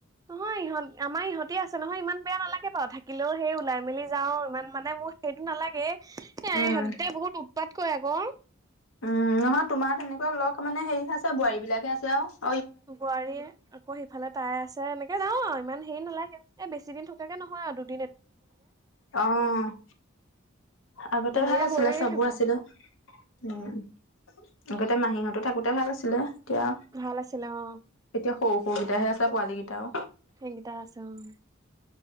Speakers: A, on the right (about 15°); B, on the left (about 70°).
A: নহয় ইহঁত আমাৰ ইহতে আছে নহয় ইমান বেয়া নালাগে বাৰু থাকিলেও সেই ওলাই মেলি যাও ইমান মানে মোৰ- এইটো নালাগে এ সিহঁতকেইটাই
B: উম
A: বহুত উৎপাত কৰে আক।
B: উম নহয় তোমাৰ তেনেকুৱা লগ মানে হেৰিহে আছে বোৱাৰী বিলাকহে আছে আও।
A: বোৱাৰীয়ে। আকৌ সিফালে তাই আছে এনেকে যাওঁ আৰু ইমান হেৰি নালাগে এ বেছি দিন থকাকে নহয় আৰু দু-
B: অঁ' আগতে
A: এনে
B: ভাল আছিলে
A: গৈয়ে
B: চবো
A: থাকো
B: আছিলো উম'। আগতে মাহীহঁতো থাকোতে ভাল আছিলে। এতিয়া
A: ভাল আছিলে অ
B: এতিয়া সৰু সৰুগিটাহে আছে পোৱালি গিতাও।
A: সেইগিটা আছে অঁ।